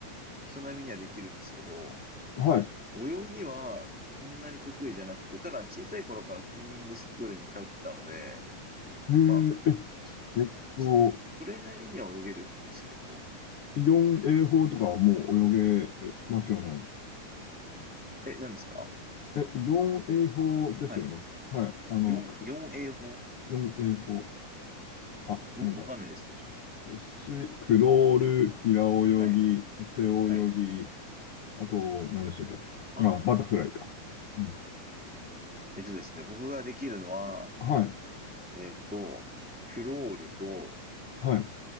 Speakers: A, in the centre; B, on the left (about 60°).
A: 人並みにはできるんですけど、
B: はい。
A: 泳ぎはそんなに得意じゃなくて、ただ小さい頃からスイミングスクールに通ってたので、
B: えー、
A: まあ、
B: え、
A: ひ
B: えっと、
A: そそれなりには泳げるんですけど、
B: イオン泳法とかはもう泳げますよね。
A: え、何ですか
B: え、イオン泳法ですよね。
A: はい。
B: はい。あの、
A: 4、
B: く
A: 4A 法
B: イオン泳法。あ、
A: ?4、
B: なんか、
A: わかんないですね。
B: 水、クロール、平泳ぎ、
A: はい。
B: 背泳ぎ、
A: はい。
B: あと、何でしたっけ。
A: あ
B: あ、バタフライか。うん。
A: えっとですね、僕ができるのは、
B: はい。
A: えっと、クロールと、
B: はい。